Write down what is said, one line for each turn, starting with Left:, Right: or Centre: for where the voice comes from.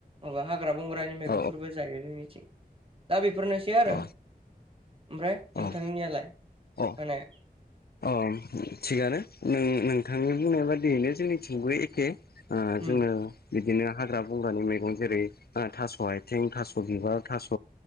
Right: माबा हाग्रा बंग्रानि मैगंफोरबो
Left: औ
Right: जायो जोंनिथिं दा बेफोरनोसै आरो
Left: अ
Right: ओमफ्राय
Left: अ
Right: नोंथांनियालाय
Left: अ
Right: माने
Left: अ थिगानो नों-नोंथांनि बुंनाय बादियैनो जोंनिथिंबो एखे ओ
Right: उम
Left: जोङो बिदिनो हाग्रा बंग्रानि मैगं जेरै ओ थास' आथिं थास' बिबार थास'